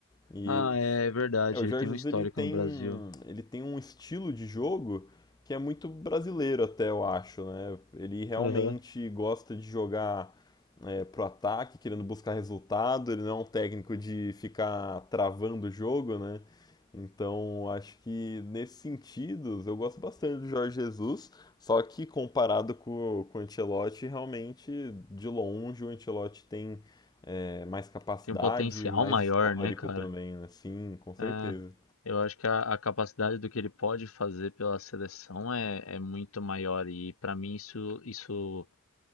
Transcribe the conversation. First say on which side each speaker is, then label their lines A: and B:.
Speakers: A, on the left; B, on the left.
A: e
B: Ah, é é verdade,
A: É, o Georges
B: ele tem um histórico
A: ele tem,
B: no Brasil.
A: ele tem um estilo de jogo que é muito brasileiro até, eu acho, né? Ele realmente
B: aham,
A: gosta de jogar é, pro ataque, querendo buscar resultado, ele não é um técnico de ficar travando o jogo, né? Então, acho que nesse sentido, eu gosto bastante do Jorge Jesus, só que comparado com, com o Ancelotti, realmente, de longe, o Ancelotti tem é, mais capacidade,
B: Tem um potencial
A: mais
B: maior,
A: histórico
B: né, cara?
A: também, né? Sim, com certeza.
B: É, eu acho que a, a capacidade do que ele pode fazer pela seleção é, é muito maior e pra mim isso, isso